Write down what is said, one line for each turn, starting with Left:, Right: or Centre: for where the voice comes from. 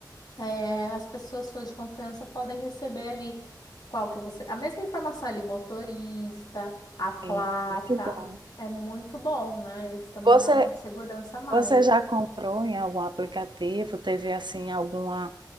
Left: é, as pessoas suas de confiança podem receber ali qual que você, a mesma informação ali, motorista, a placa,
Right: Sim, muito bom.
Left: é muito bom, né? Isso também
Right: Você,
Left: dá uma segurança a mais.
Right: você já comprou em algum aplicativo? Teve, assim, alguma,